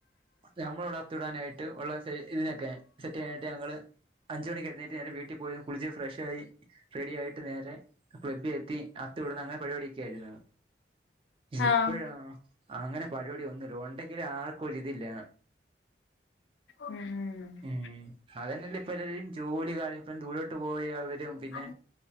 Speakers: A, on the right (about 30°); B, on the left (about 80°).
A: നമ്മള് അവിടെ അത്തവിടാനായിട്ട് ഇട്ട് ഉള്ള ഇതിനൊക്കെ സെറ്റ് ചെയത്ട്ട് ഞങ്ങളൾ അഞ്ചുമണിക്ക് എഴുന്നേ് നേരെ വീട്ടിൽ പോയി കുളിച്ച് ഫ്രഷ് ആയി റെഡി ആയിട്ട് നേരെ ക്ലബ്ബില എത്തി അത്തമിടുന്ന അങ്ങനെ പരിപാടിയൊക്കെയാരുന്നു ഇപ്പഴാ
B: ആഹ്
A: അങ്ങനെ പരിപാടി ഒന്നുംല്ല ഉണ്ടെങ്കിലും ആർക്കും ഒരിത് ഇല്ല
B: ഉം
A: ഉം അതന്നല്ല ഇപ്പം എല്ലാരും ജോലി ആയി ഇപ്പ ദൂരോട്ട് പോയി അവരും
B: <unintelligible>
A: പിന്നെ